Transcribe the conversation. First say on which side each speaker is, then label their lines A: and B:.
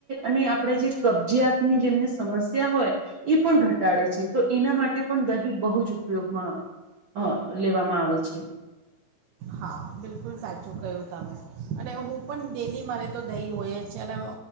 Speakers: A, on the right; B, on the right.
A: અને આપણેે જે કબજયાતની જેમને સમસ્યા હોય એ પણ ઘટાડે છે તો એના માટે પણ દહી બહુ જ ઉપયોગમાં હ લેવામાં આવે છે
B: હા બિલકુલ સાચું કહ્યું તમે અને હું પણ ડેલી મારે તો દહી હોય જ છે અને